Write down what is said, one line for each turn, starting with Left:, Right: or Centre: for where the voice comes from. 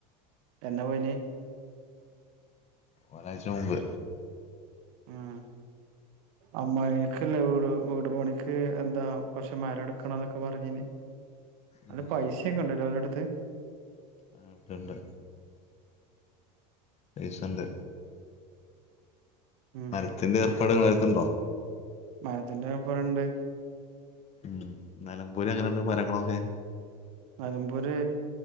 Right: എന്ന പോയിനെ
Left: ഒരാഴ്ചമുമ്പ്
Right: ആഹ് അമ്മായിക്കല്ലെ വീട് വീട് പണിക്ക് എന്താ കോറച്ച് മരം എടുക്കണ എന്നോക്കെ പറഞീന് നല്ല
Left: ഉം
Right: പൈസ ഒക്കെ ഉണ്ടല്ലോ ഒലെടുത്ത്
Left: ഉം ഉണ്ട് പൈസണ്ട്
Right: ഉം
Left: മരത്തിന്റെ ഏർപ്പാട് ഇങ്ങെളെട്ത്തുണ്ടോ
Right: മരത്തിന്റെ ഏർപ്പാട്ണ്ട്
Left: മ്മ് നെലമ്പൂര് എങ്ങനെണ്ട് മരങ്ങളോക്കെ
Right: നലമ്പൂര്